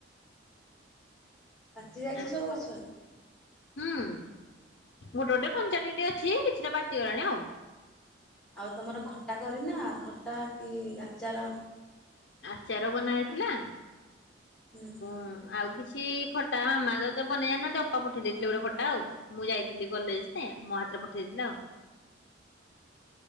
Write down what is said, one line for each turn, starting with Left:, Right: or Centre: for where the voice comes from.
Centre: ପାଚି ଯାଇଛି
Left: ଆ
Centre: ସବୁ ଗଛ ରେ?
Left: ହୁଁ ଗୋଟେ ଗୋଟେ କଞ୍ଚା ଟିକେ ଟିକେ ଅଛି କିଛିଟା ପାଚି ଗଲାଣି ଆଉ।
Centre: ଆଉ ତମର ଖଟା କରିନା ଖଟା କି ଆଚାର?
Left: ଆଚାର ବନା ହେଇଥିଲା
Centre: ହୁଁ।
Left: ହଁ ଆଉ କିଛି ଖଟା ମାମା ତ ତ ବନେଇ ଜାଣି ନାନ୍ତି ଅପା ପଠେଇ ଦେଇଥିଲେ ଗୋଟେ ଖଟା ଆଉ। ମୁଁ ଯାଇଥିଲି କଲେଜ ଯେ ମୋ ହାତରେ ପଠେଇଦେଇ ଥିଲା ଆଉ।